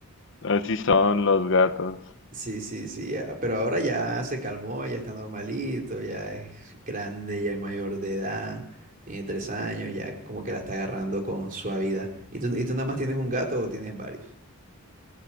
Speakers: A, on the left; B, on the right.
A: Así son los gatos.
B: Sí, sí, sí, ya, Pero ahora ya se calmó, ya está normalito, ya es grande, ya es mayor de edad, tiene tres años, ya como que la está agarrando con suavidad. ¿Y tú, y tú nada más tienes un gato o tienes varios?